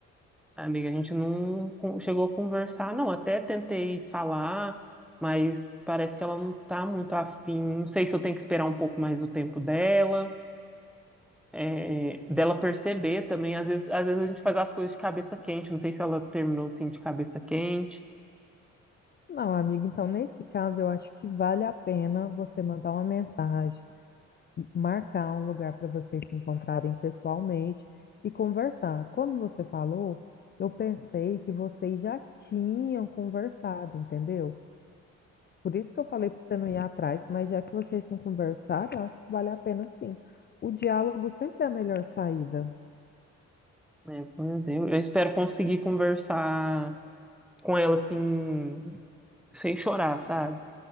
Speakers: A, in the centre; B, on the left.
A: Amiga, a gente não con- chegou a conversar, não. Até tentei falar, mas parece que ela não tá muito afim. Não sei se eu tenho que esperar um pouco mais o tempo dela, é, dela perceber também. Às vezes, às vezes a gente faz as coisas de cabeça quente. Não sei se ela terminou assim de cabeça quente.
B: Não, amiga, então nesse caso eu acho que vale a pena você mandar uma mensagem, marcar um lugar para vocês se encontrarem pessoalmente e conversar. Quando você falou, eu pensei que vocês já tinham conversado, entendeu? Por isso que eu falei para você não ir atrás, mas já que vocês não conversaram, eu acho que vale a pena sim. O diálogo sempre é a melhor saída.
A: né? Pois eu, eu espero conseguir conversar. com ela assim, sem chorar, sabe?